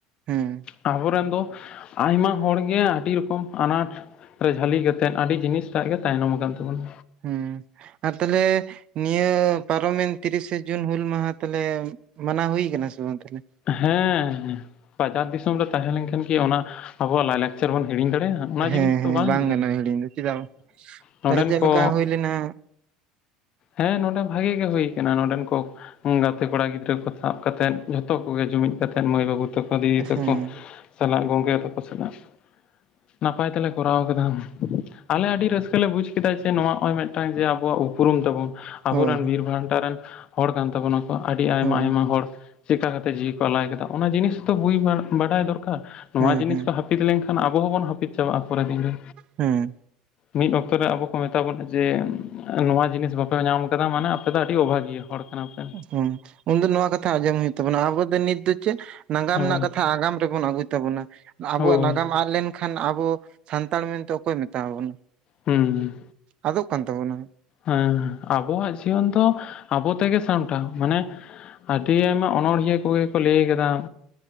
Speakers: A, on the right; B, on the left.
A: ᱦᱮᱸ
B: ᱟᱵᱚᱨᱮᱱ ᱫᱚ ᱟᱭᱢᱟ ᱦᱚᱲᱜᱮ ᱟᱹᱰᱤ ᱨᱚᱠᱚᱢ ᱟᱱᱟᱴ ᱨᱮ ᱡᱷᱟᱞᱤ ᱠᱟᱛᱮᱫ ᱟᱹᱰᱤ ᱡᱤᱱᱤᱥᱴᱟᱜ ᱜᱮ ᱛᱟᱭᱱᱚᱢ ᱠᱟᱱ ᱛᱟᱵᱚᱱᱟ
A: ᱦᱮᱸ ᱟᱨ ᱛᱟᱦᱞᱮ ᱱᱤᱭᱟᱹ ᱯᱟᱨᱚᱢᱮᱱ ᱛᱤᱨᱤᱥᱮ ᱡᱩᱱ ᱦᱩᱱ ᱢᱟᱦᱟ ᱛᱟᱦᱞᱮ ᱢᱟᱱᱟᱣ ᱦᱩᱭ ᱠᱟᱱᱟ ᱥᱮ ᱵᱟᱝ ᱛᱟᱦᱞᱮ?
B: ᱦᱮᱸ ᱵᱟᱡᱟᱨ ᱫᱤᱥᱚᱢ ᱨᱮ ᱛᱟᱦᱮᱸ ᱞᱮᱱᱠᱷᱟᱱ ᱠᱤ ᱚᱱᱟ ᱟᱵᱚᱣᱟᱜ ᱞᱟᱭᱞᱟᱠᱪᱟᱨ ᱵᱚᱱ ᱦᱤᱲᱤᱧ ᱫᱟᱲᱮᱭᱟᱜᱼᱟ, ᱚᱱᱟ
A: ᱦᱮᱸ
B: ᱡᱤᱱᱤᱥ ᱫᱚ
A: ᱦᱮᱸ
B: ᱵᱟᱝᱜᱮ
A: ᱵᱟᱝ ᱜᱟᱱᱚᱜᱼᱟ ᱦᱤᱲᱤᱧ ᱫᱚ ᱪᱮᱫᱟᱜ ᱵᱟᱝ᱾
B: ᱦᱮᱸ ᱱᱚᱰᱮᱱ
A: ᱛᱟᱦᱞᱮ ᱪᱮᱫ
B: ᱠᱚ
A: ᱞᱮᱠᱟ ᱦᱩᱭ ᱞᱮᱱᱟ?
B: ᱦᱮᱸ ᱱᱚᱰᱮ ᱵᱷᱟᱜᱮ ᱜᱮ ᱦᱳᱭ ᱠᱟᱱᱟ ᱱᱚᱰᱮᱱ ᱠᱚ ᱜᱟᱛᱮ ᱠᱚᱲᱟ ᱜᱤᱫᱽᱨᱟᱹ ᱠᱚ ᱥᱟᱵ ᱠᱟᱛᱮᱜ <unintelligible> ᱡᱚᱛᱚ ᱠᱚᱜᱮ ᱡᱩᱢᱤᱫ ᱠᱟᱛᱮᱫ ᱢᱟᱹᱭ ᱵᱟᱹᱵᱩ ᱛᱟᱠᱚ ᱫᱤᱫᱤ ᱛᱟᱠᱚ
A: ᱦᱮᱸ
B: ᱥᱟᱞᱟᱜ ᱜᱚᱝᱠᱮ ᱛᱟᱠᱚ ᱥᱟᱞᱟᱜ ᱱᱟᱯᱟᱭ ᱛᱮᱞᱮ ᱠᱚᱨᱟᱣ ᱠᱮᱫᱟ ᱟᱞᱮ ᱟᱹᱰᱤ ᱨᱟᱹᱥᱠᱟᱹ ᱞᱮ ᱵᱩᱡᱽ ᱠᱮᱫᱟ ᱡᱮ ᱱᱚᱜᱼᱚᱭ ᱢᱤᱫᱴᱟᱝ ᱡᱮ ᱟᱵᱚᱣᱟᱜ ᱩᱯᱨᱩᱢ ᱛᱟᱵᱚᱱ
A: ᱦᱳᱭ
B: ᱟᱵᱚ ᱨᱮᱱ ᱵᱤᱨ ᱵᱷᱟᱱᱴᱟ ᱨᱮᱱ ᱦᱚᱲ ᱠᱟᱱ ᱛᱟᱵᱚᱱᱟ ᱠᱚ ᱟᱹᱰᱤ ᱟᱭᱢᱟ
A: ᱦᱳᱭ
B: ᱟᱭᱢᱟ ᱦᱚᱲ ᱪᱤᱠᱟᱹ ᱠᱟᱛᱮᱫ ᱡᱤᱣᱤ ᱠᱚ ᱟᱞᱟᱭ ᱠᱟᱫᱟ ᱚᱱᱟ ᱡᱤᱱᱤᱥ ᱛᱚ <unintelligible> ᱵᱟᱰᱟᱭ ᱫᱚᱨᱠᱟᱨ ᱱᱚᱣᱟ
A: ᱦᱮᱸ
B: ᱡᱤᱱᱤᱥ
A: ᱦᱮᱸ
B: ᱠᱚ <unintelligible> ᱦᱟᱹᱯᱤᱫ ᱞᱮᱱᱠᱷᱟᱱ ᱟᱵᱚ ᱦᱚᱸᱵᱚᱱ ᱦᱟᱹᱯᱤᱫ ᱪᱟᱵᱟᱜᱼᱟ ᱯᱚᱨᱮ ᱫᱤᱱ ᱨᱮ
A: ᱦᱮᱸ
B: ᱢᱤᱫ ᱚᱠᱛᱚ ᱨᱮ ᱟᱵᱚ ᱠᱚ ᱢᱮᱛᱟᱵᱚᱱᱟ ᱡᱮ ᱱᱚᱣᱟ ᱡᱤᱱᱤᱥ ᱵᱟᱯᱮ ᱧᱟᱢ ᱠᱟᱫᱟ ᱢᱟᱱᱮ ᱟᱯᱮ ᱫᱚ ᱟᱹᱰᱤ ᱚᱵᱷᱟᱜᱤᱭᱟᱹ ᱦᱚᱲ ᱠᱟᱱᱟ ᱯᱮ
A: ᱦᱩᱸ ᱩᱱ ᱫᱚ ᱱᱚᱣᱟ ᱠᱟᱛᱷᱟ ᱟᱸᱡᱚᱢ ᱦᱩᱭᱩᱜ ᱛᱟᱵᱚᱱᱟ ᱟᱵᱚ ᱫᱚ ᱱᱤᱛ ᱫᱚ ᱪᱮᱫ ᱱᱟᱜᱟᱢ
B: ᱦᱳᱭ
A: ᱨᱮᱱᱟᱜ ᱠᱟᱛᱷᱟ ᱟᱜᱟᱢ ᱨᱮᱵᱚᱱ <unintelligible> ᱛᱟᱵᱚᱱᱟ ᱟᱵᱚᱣᱟᱜ
B: ᱦᱳᱭ
A: ᱱᱟᱜᱟᱢ ᱟᱫ ᱞᱮᱱᱠᱷᱟᱱ ᱟᱵᱚ ᱥᱟᱱᱛᱟᱲ ᱢᱮᱱᱛᱮ ᱚᱠᱚᱭ ᱢᱮᱛᱟᱵᱚᱱᱟ
B: ᱦᱩᱸ
A: ᱟᱫᱚᱜ ᱠᱟᱱ ᱛᱟᱵᱚᱱᱟ
B: ᱦᱮᱸ ᱟᱵᱚᱣᱟᱜ ᱡᱤᱭᱚᱱ ᱫᱚ ᱟᱵᱚ ᱛᱮᱜᱮ ᱥᱟᱢᱴᱟᱣ, ᱢᱟᱱᱮ ᱟᱹᱰᱤ ᱟᱭᱢᱟ ᱚᱱᱚᱲᱦᱤᱭᱟᱹ ᱠᱚᱜᱮ ᱠᱚ ᱞᱟᱹᱭ ᱠᱟᱫᱟ